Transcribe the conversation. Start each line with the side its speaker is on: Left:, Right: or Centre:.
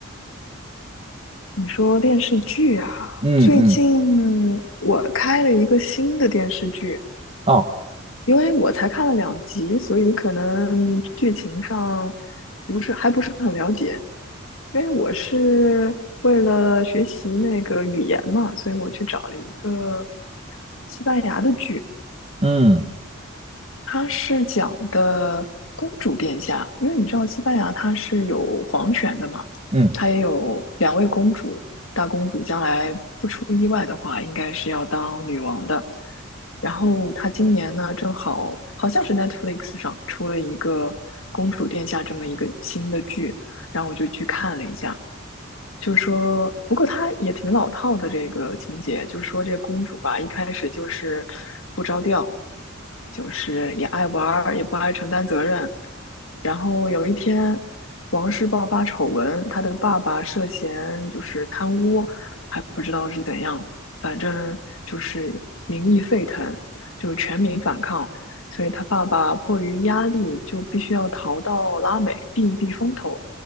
Left: 你说电视剧啊，
Right: 嗯嗯，
Left: 最近我开了一个新的电视剧，
Right: 哦，
Left: 因为我才看了两集，所以可能剧情上不是还不是很了解。因为我是为了学习那个语言嘛，所以我去找了一个西班牙的剧，
Right: 嗯
Left: 它是讲的公主殿下，因为你知道西班牙它是有皇权的嘛，
Right: 嗯
Left: 它也有两位公主，大公主将来不出意外的话，应该是要当女王的。然后她今年呢，正好好像是 Netflix 上出了一个公主殿下这么一个新的剧，然后我就去看了一下，就是说，不过他也挺老套的这个情节，就是说这个公主吧，一开始就是不着调，就是也爱玩儿，也不爱承担责任。然后有一天，王室爆发丑闻，她的爸爸涉嫌就是贪污，还不知道是怎样，反正就是民意沸腾，就全民反抗，所以她爸爸迫于压力，就必须要逃到拉美避一避风头。